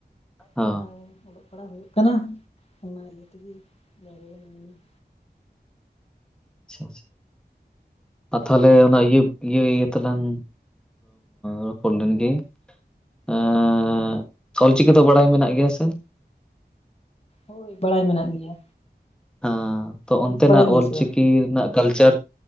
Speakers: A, on the left; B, in the centre.
A: ᱯᱟᱲᱦᱟᱣ
B: ᱚ
A: ᱚᱞᱚᱜ ᱵᱟᱲᱟ ᱦᱳᱭᱳᱜ ᱠᱟᱱᱟ ᱚᱱᱟ ᱤᱭᱟᱹ ᱛᱮᱜᱮ <inaudible>
B: ᱟᱪᱷᱟ ᱟᱪᱷᱟ ᱟᱨ ᱛᱟᱦᱚᱞᱮ ᱚᱱᱟ ᱤᱭᱟᱹ ᱤᱭᱟᱹ ᱤᱭᱟᱹ ᱛᱮᱞᱟᱝ ᱨᱚᱯᱚᱲ ᱞᱮᱱ ᱜᱮ ᱮᱻᱜ ᱚᱞᱪᱤᱠᱤ ᱫᱚ ᱵᱟᱲᱟᱭ ᱢᱮᱱᱟᱜ ᱜᱮᱭᱟ ᱥᱮ
A: ᱦᱳᱭ ᱵᱟᱲᱟᱭ ᱢᱮᱱᱟᱜ ᱜᱮᱭᱟ
B: ᱦᱮᱸ ᱛᱚ ᱚᱱᱛᱮᱱᱟᱜ
A: ᱟᱢᱮᱢ ᱵᱟᱲᱟᱭ ᱜᱮᱭᱟ
B: ᱚᱞᱪᱤᱠᱤ
A: ᱥᱮ ᱵᱟᱝ
B: ᱨᱮᱱᱟᱜ ᱠᱟᱞᱪᱟᱨ